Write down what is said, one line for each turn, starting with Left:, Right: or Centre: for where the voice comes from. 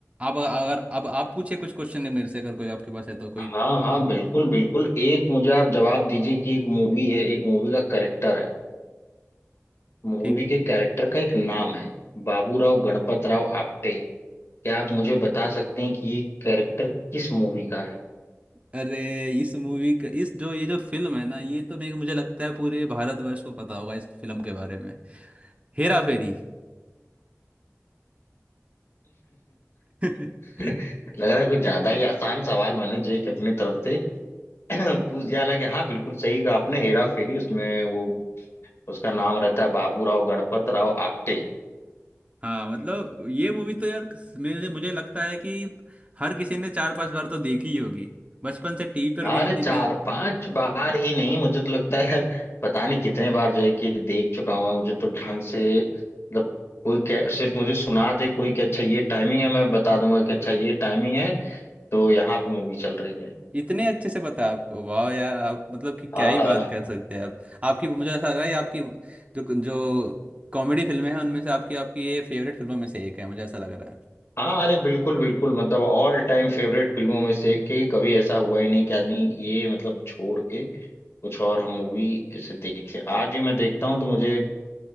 Right: आप अगर अब आप पूछे कुछ क्वेश्चन है मेरे से अगर कोई आपके पास है तो कोई
Left: हाँ
Right: ठीक
Left: हाँ बिल्कुल बिल्कुल एक मुझे आप जवाब दीजिए कि एक मूवी है एक मूवी का कैरेक्टर है मूवी
Right: है
Left: के कैरेक्टर का एक नाम है बाबूराव गणपत राव आपटे क्या आप मुझे बता सकते हैं कि ये कैरेक्टर किस मूवी का है <laughs>
Right: अरे इस मूवी का इस जो ये जो फिल्म है ना ये तो मेरे मुझे लगता है पूरे भारतवर्ष को पता होगा इस फिल्म के बारे में हेरा फेरी <laughs>
Left: लग रहा है कुछ ज्यादा ही आसान सवाल मैंने जय की अपनी तरफ से <clears throat> पूछ दिया हालांकि हाँ बिल्कुल सही कहा आपने हेरा फेरी उसमें वो उसका नाम रहता है बाबू राव गणपत राव आपटे
Right: हाँ मतलब ये मूवी तो यार मुझे मुझे लगता है कि हर किसी ने चार पांच बार तो देखी ही होगी बचपन से टीवी पर भी
Left: अरे
Right: आती
Left: चार
Right: थी
Left: पांच बार ही
Right: <laughs>
Left: नहीं मुझे तो लगता है यार पता नहीं कितने बार जय की देख चुका हूं मैं मुझे तो ढंग से मतलब कोई कै- सिर्फ मुझे सुना दे कोई कि अच्छा ये टाइमिंग है मैं बता दूंगा कि अच्छा ये टाइमिंग है तो यहाँ पे मूवी चल रही है
Right: इतने अच्छे से पता है आपको वाह यार आप मतलब कि क्या
Left: हाँ
Right: ही बात कर सकते हैं आप आपकी मुझे ऐसा लग रहा है ये आपकी जो जो कॉमेडी फिल्में हैं उनमें से आपकी आपकी ये फेवरेट फिल्मों में से एक है मुझे ऐसा लग रहा है
Left: हाँ अरे बिल्कुल बिल्कुल मतलब ऑल टाइम फेवरेट फिल्मों में से एक है कि कभी ऐसा हुआ ही नहीं कि आदमी ये मतलब छोड़ के कुछ और हम मूवी ऐसे देख ले आज भी मैं देखता हूँ तो मुझे